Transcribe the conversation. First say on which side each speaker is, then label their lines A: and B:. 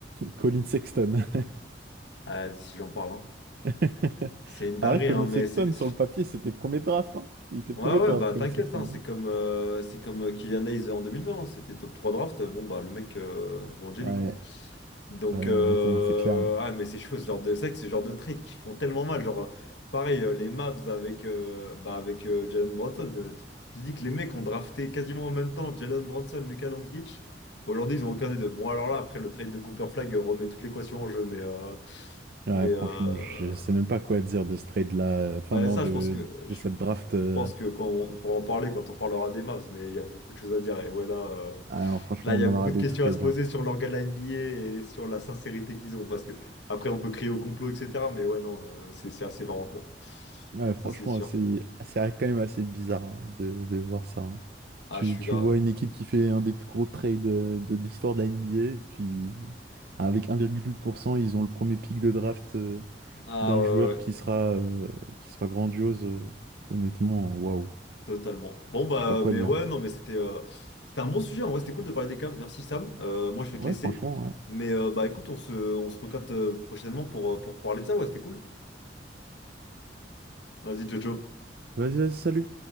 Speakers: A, on the right; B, on the left.
A: Colin Sexton.
B: Ah, si j'en parle, hein.
A: <laughs>
B: C'est une dinguerie,
A: Ah ouais, Colin
B: hein, mais
A: Sexton,
B: c'est.
A: sur le papier, c'était premier draft, hein. Il était premier
B: Ouais, ouais,
A: draft,
B: bah
A: Colin
B: t'inquiète,
A: Sexton.
B: hein, c'est comme, euh, c'est comme euh, Kylian Hayes en 2020, hein, c'était top 3 draft, bon bah le mec euh, joue en jelly,
A: Ouais,
B: quoi. Donc,
A: ouais,
B: euh,
A: ouais, non, c'est clair. hein.
B: ah, mais c'est chaud, ce genre de. C'est vrai que ce genre de trades qui font tellement mal, genre, euh, pareil, euh, les Mavs avec, euh, bah, avec euh, Jalen Brunson, euh, tu tu dis que les mecs ont drafté quasiment en même temps Jalen Brunson, Luka Doncic, aujourd'hui ils ont aucun des deux. Bon, alors là, après le trade de Cooper Flag euh, remet toute l'équation en jeu, mais. euh,
A: Ouais,
B: mais,
A: franchement,
B: euh,
A: je sais même pas quoi dire de ce trade-là. Enfin,
B: Bah,
A: non,
B: ça,
A: de,
B: je pense que
A: de
B: je
A: cette draft. euh.
B: pense que quand on pourra en parler quand on parlera des Mavs, mais il y a beaucoup de choses à dire. Et ouais, là, euh,
A: Ah non, franchement,
B: là, il
A: on
B: y a
A: en
B: beaucoup
A: aura
B: de
A: des
B: questions
A: trucs
B: à
A: à
B: se
A: dire.
B: poser sur l'organe de la NBA et sur la sincérité qu'ils ont. Parce que après, on peut crier au complot, etc. Mais ouais, non, euh, c'est c'est assez marrant, quoi.
A: Ouais, franchement,
B: Ça, c'est sûr.
A: c'est c'est quand même assez bizarre hein, de, de voir ça. hein.
B: Ah,
A: Tu,
B: je suis
A: tu
B: grave.
A: vois une équipe qui fait un des plus gros trades euh, de l'histoire de la NBA, et puis avec 1,8%, ils ont le premier pick de draft euh,
B: Ah
A: d'un
B: ouais,
A: joueur
B: ouais, ouais,
A: qui sera, euh, qui sera grandiose. euh, Honnêtement, waouh.
B: totalement. Bon bah,
A: Je sais pas quoi
B: mais
A: dire.
B: ouais, non, mais c'était euh, c'était un bon sujet. En vrai, c'était cool de parler des Cavs. Merci Sam. Euh, moi, je vais
A: Ouais,
B: te laisser.
A: franchement, ouais.
B: Mais euh, bah, écoute, on se on se recapte euh, prochainement pour euh, pour parler de ça. Ouais, c'était cool. Vas-y, Jojo.
A: Vas-y, vas-y, salut.